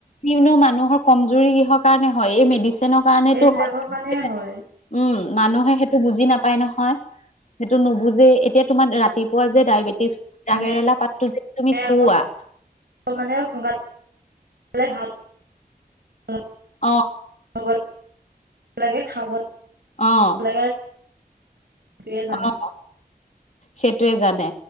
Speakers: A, on the left; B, on the right.
A: কিনো মানুহৰ কমজুৰি কিহৰ কাৰণে হয়, এই মেডিচিনৰ কাৰনেটো
B: এইবিলাকৰ
A: হয় <inaudible>
B: কাৰণে হয়
A: উম, মানুহে সেইটো বুজি নাপায় নহয়, সেইটো নোবোজেই, এতিয়া তোমাৰ ৰাতিপুৱা যে ডায়েবেটিছ তিতাকেৰেলা
B: মানুহে
A: পাতটোযে তুমি খোঁওৱা
B: আকৌ <unintelligible>
A: অ'।
B: <unintelligible>
A: অ'।
B: <inaudible> সেইটোয়ে জানে।
A: অ', সেইটোয়ে জানে।